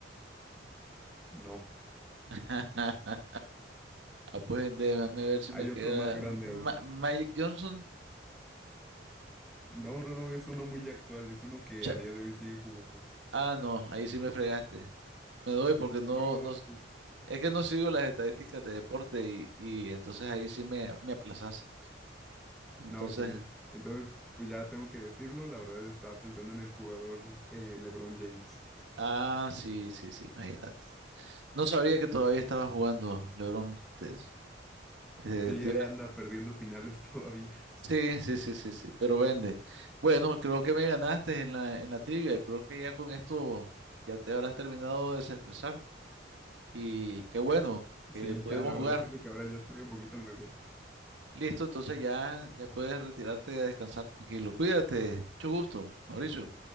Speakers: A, in the centre; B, on the right.
A: No,
B: <laughs> Ah, pues déjame ver si
A: hay
B: me queda.
A: otro más grande
B: Ma-
A: aún.
B: Magic Johnson.
A: No, no, no, es uno muy actual, es uno que
B: Cha-
A: a día de hoy sigue jugando.
B: ah, no, ahí sí me fregaste. Me doy porque no,
A: No,
B: no, es que no sigo las estadísticas de deporte y, y entonces ahí sí me, me aplazas. Entonces,
A: no, pues sí. Entonces, pues ya tengo que decirlo, la verdad estaba pensando en el jugador eh, LeBron James.
B: ah, sí, sí, sí, imagínate. No sabía que todavía estaba jugando, LeBron. Te, eh,
A: Sí,
B: te
A: ahí
B: iba
A: anda perdiendo finales <laughs> todavía.
B: Sí, sí, sí, sí, sí, pero vende. Bueno, creo que me ganaste en la, en la trivia. Creo que ya con esto ya te habrás terminado de desestresar. Y qué bueno
A: Sí,
B: que pudimos
A: ya, la verdad
B: jugar.
A: siento que ahora ya estoy un poquito mejor.
B: Listo, entonces ya, ya puedes retirarte a descansar tranquilo. Cuídate, mucho gusto, Mauricio.